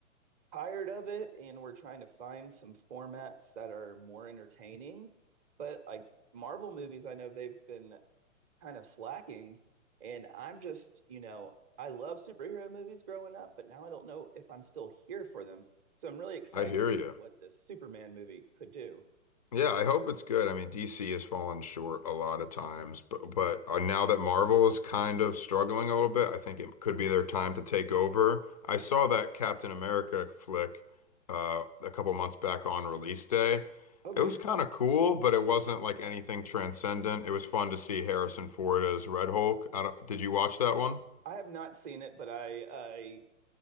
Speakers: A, on the right (about 15°); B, on the left (about 30°).
A: tired of it and we're trying to find some formats that are more entertaining, but like Marvel movies, I know they've been kind of slacking. And I'm just, you know, I love superhero movies growing up, but now I don't know if I'm still here for them. So I'm really excited
B: I hear
A: to see
B: you.
A: what this Superman movie could do.
B: Yeah, I hope it's good. I mean, DC has fallen short a lot of times, but but uh, now that Marvel is kind of struggling a little bit, I think it could be their time to take over. I saw that Captain America flick uh, a couple months back on release day.
A: Okay.
B: It was kind of cool, but it wasn't like anything transcendent. It was fun to see Harrison Ford as Red Hulk. I don't, did you watch that one?
A: I have not seen it, but I, I